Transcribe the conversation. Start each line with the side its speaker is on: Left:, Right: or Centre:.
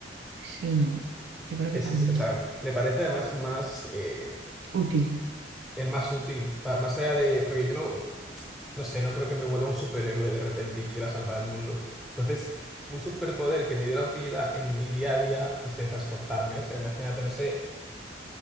Right: Sí, no, yo creo que
Centre: Ese
Right: también.
Centre: es- o sea, me parece además el más, eh,
Right: Útil,
Centre: el más útil, pa- más allá de, porque yo no, no, no sé, no creo que me vuelva un superhéroe de repente y quiera salvar el mundo. Entonces, un superpoder que me diera utilidad en mi día a día, pues de transportarme, o sea, imagínate, no sé,